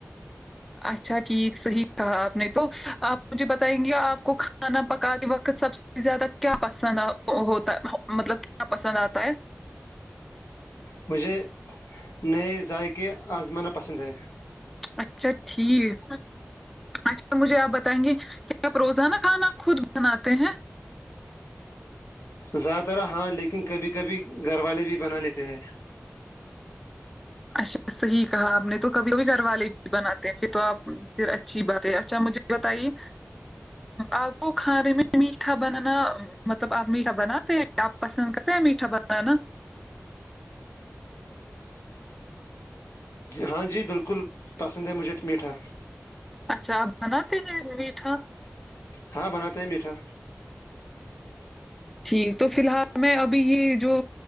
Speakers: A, in the centre; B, on the left (about 80°).
A: اچھا ٹھیک صحیح کہا آپ نے تو آپ مجھے بتائیں گے آپ کو کھانا پکاتے وقت سب سے زیادہ کیا پسند ہوتا مطلب کیا پسند آتا ہے
B: مجھے نئے ذائقے آزمانا پسند ہے
A: اچھا ٹھیک اچھا تو مجھے آپ بتائیں گے کیا آپ روزانہ کھانا خود بناتے ہیں
B: زیادہ تر ہاں لیکن کبھی کبھی گھر والے بھی بنا لیتے ہیں
A: اچھا صحیح کہا آپ نے تو کبھی کبھی گھر والے بھی بناتے ہیں پھر تو آپ پھر اچھی بات ہے اچھا مجھے بتائیے آپ کو کھانے میں میٹھا بنانا مطلب آپ میٹھا بناتے ہیں آپ پسند کرتے ہیں میٹھا بنان نا
B: ہاں جی بالکل پسند ہے مجھے میٹھا
A: اچھا آپ بناتے ہیں میٹھا
B: ہاں بناتے ہیں میٹھا
A: ٹھیک تو فی الحال میں ابھی یہ جو